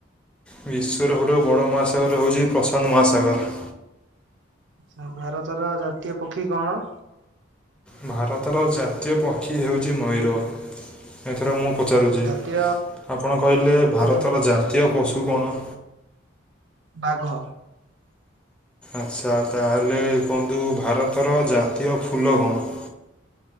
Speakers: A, in the centre; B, on the right (about 65°).
A: ବିଶ୍ୱର ସବୁଠାରୁ ବଡ ମହାସାଗର ହୋଉଚି ପ୍ରଶାନ୍ତ ମହାସାଗର।
B: ଆଚ୍ଛା ଭାରତର ଜାତୀୟ ପକ୍ଷୀ କଣ?
A: ଭାରତର ଜାତୀୟ ପକ୍ଷୀ ହେଉଚି ମୟୂର। ଏଥର ମୁଁ ପଚାରୁଚି।
B: ଆଚ୍ଛା ଜାତୀୟ
A: ଆପଣ କହିଲେ ଭାରତର
B: ହୁଁ
A: ଜାତୀୟ ପଶୁ କଣ?
B: ବାଘ।
A: ଆଚ୍ଛା ତାହେଲେ କୁହନ୍ତୁ ଭାରତର ଜାତୀୟ ଫୁଲ କଣ?